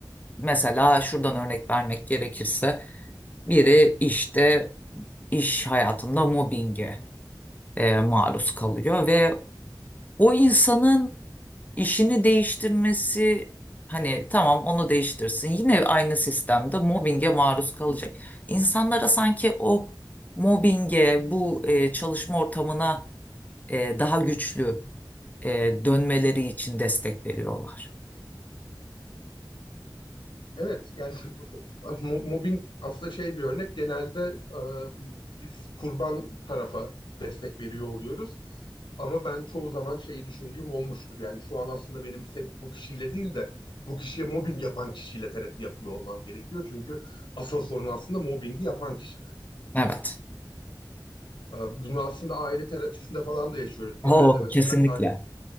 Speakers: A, on the left (about 20°); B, on the left (about 85°).
A: mesela şuradan örnek vermek gerekirse biri işte iş hayatında mobbinge e, maruz kalıyor ve o insanın işini değiştirmesi hani tamam onu değiştirsin yine aynı sistemde mobbinge maruz kalacak. İnsanlara sanki o mobbinge bu e, çalışma ortamına e, daha güçlü e, dönmeleri için destek veriyorlar.
B: Evet yani <laughs> mo- mobbing aslında şey bir örnek. Genelde e, biz kurban tarafa destek veriyor oluyoruz. Ama ben çoğu zaman şeyi düşündüğüm olmuştur. Yani şu an aslında benim se- bu kişiyle değil de bu kişiye mobbing yapan kişiyle terapi yapıyor olmam gerekiyor. Çünkü asıl sorun aslında mobbingi yapan kişide.
A: Evet.
B: E, bunu aslında aile terapisinde falan da yaşıyoruz. Genelde
A: Oo,
B: mesela
A: kesinlikle.
B: karşı,